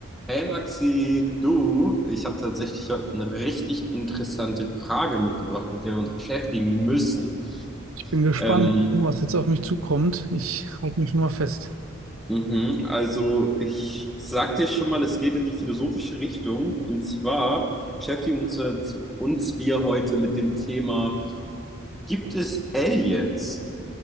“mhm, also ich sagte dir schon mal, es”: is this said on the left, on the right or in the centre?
Centre